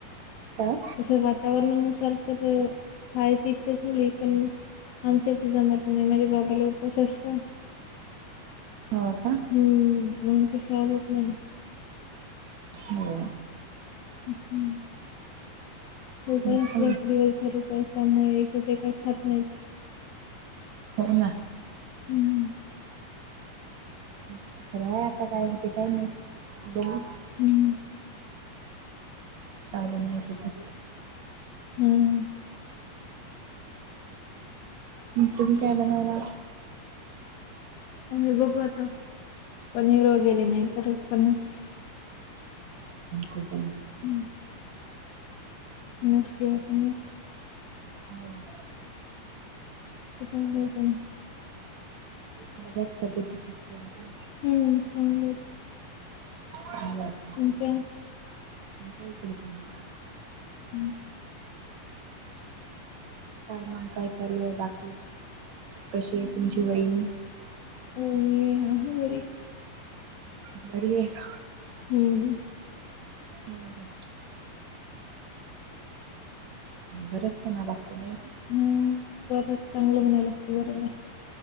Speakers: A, on the right; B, on the left.
A: काय
B: तसं वातावरणानुसार तर खायची इच्छा झाली. पण आमच्या इथे जमत नाही. माझ्या बाबाला उपवास असतो.
A: हो का?
B: हम्म.. मग सहण होत नाही.
A: हो..
B: हम्.. उपवास
A: मस्त
B: असला की दिवस भर काही काम नाही, एकतर ते काही खात नाहीत.
A: हो ना.
B: हम्..
A: छत्र हाय आता काय होते काय माहित, बघू
B: हम्म.
A: <unintelligible>
B: हम् ह.
A: तुम्ही काय बनवणार?
B: आम्ही बघू आता, पनीर वगैरे नाही तर फणस
A: तझ म <unintelligible>
B: हं <unintelligible> फणस किंवा पनीर
A: हो ना.
B: असकम <unintelligible>
A: बऱ्या आहेत तब्येती घरच्यांच्या?
B: हम्म, चांगलेत.
A: चांगल्यात.
B: आणखीन?
A: आमच्या इकडे सांगोला.
B: हं.
A: काय मग काय चालू आहे बाकी, कशी आहे तुमची वहिणी?
B: वहिनी, आहे बरी.
A: बरी आहे का?
B: हम्म.
A: हो का बरंच म्हणा लागतय नाही का?
B: हम्मं, बरंच चांगलं म्हणाय लागतं बरं ना.